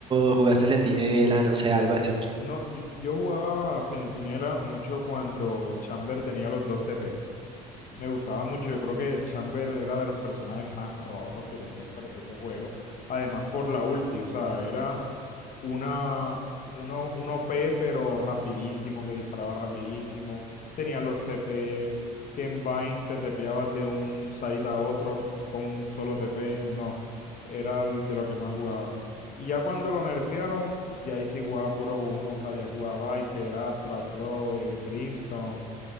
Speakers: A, on the right (about 30°); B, on the left (about 50°).
A: o jugaste centinela, no sé, algo así?
B: No, yo, yo jugaba a Centinela mucho cuando Chamber tenía los dos TPs. Me gustaba mucho, yo creo que el Chamber era de los personajes más rotos que tenía el per- ese juego, además por la ulti, o sea, era una, uno, un O p pero rapidísimo, que disparaba rapidísimo, tenía los TPs, que en Vayne te tepeabas de un site a otro con un solo TP, no, era el- de lo que más jugaba. Y ya cuando lo nerfearon, ya ahí sí jugaba puro humo, o sea, ya jugaba Viper, Astra, Clove, Brimstone,